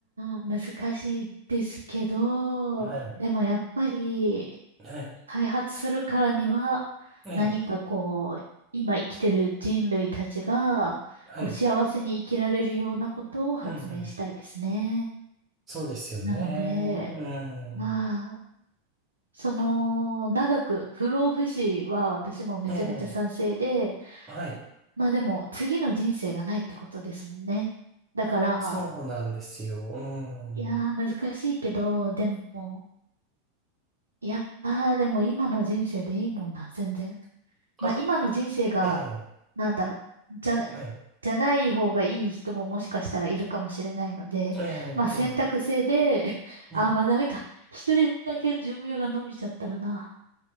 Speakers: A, on the right (about 80°); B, on the right (about 20°).
A: ー、難しいですけど、
B: はい。
A: でもやっぱり、
B: はい。
A: 開発するからには、
B: ええ
A: 何かこう、今生きてる人類たちが、
B: はい。
A: こう、幸せに生きられるようなことを発明したいですね。
B: うんうん。そうですよね。
A: なので、
B: うん。
A: まあ、その、長く不老不死は私もめちゃめちゃ賛成で、
B: ええはい。
A: まあでも、次の人生がないってことですもんね。だから、
B: そうなんですよ。うん。
A: いやー、難しいけど、でも、いやー、でも今の人生でいいもんな、全然。まあ今の人生が、
B: あ、ええ、
A: なんだろう、じゃな、
B: はい。
A: じゃない方がいい人ももしかしたらいるかもしれないので、
B: ええ、
A: まあ選択制で、
B: ええ、
A: <laughs>
B: うん。
A: あー、まあダメか。一人だけ寿命が伸びちゃったらな、